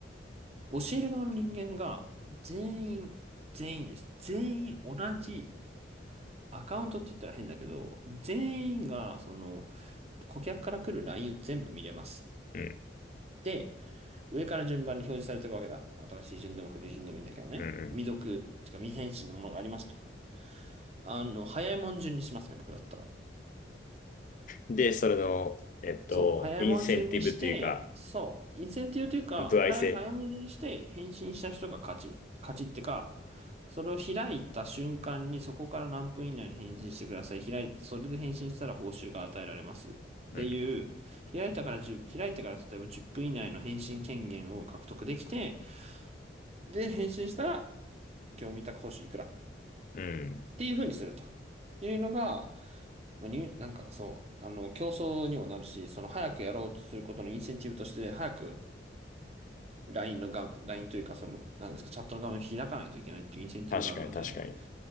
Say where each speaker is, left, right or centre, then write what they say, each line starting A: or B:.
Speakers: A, on the right; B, on the left.
A: ー教える側の人間が全員、全員です。全員同じアカウントって言ったら変だけど、全員が、その、顧客から来る LINE を全部見れます。
B: うん、
A: で、上から順番に表示されていくわけだ。新しい順でも古い順でもいいんだけどね。
B: うん、うん。
A: 未読、てか未返信のものがありますと。あの、早いもん順にしますね、僕だったら。
B: で、それの、えっと、
A: そう、早いもん順にして、
B: インセンティブというか、
A: そう、インセンティブというか、
B: 歩合制。
A: 早く早いもん順にして返信した人が勝ち。勝ちってか、それを開いた瞬間にそこから何分以内に返信してください。開い、それで返信したら報酬が与えられます。っていう、
B: うん。
A: 開いたから1開いてから例えば10分以内の返信権限を獲得できて、で、返信したら、業務委託報酬いくら
B: うん。
A: っていうふうにするというのが、まあに、なんかそう、あの、競争にもなるし、その早くやろうとすることのインセンティブとして、早く LINE の画面、LINE というか、その、なんですか、チャットの画面を開かないといけないっていうインセンティブがあるので、
B: 確かに、確かに。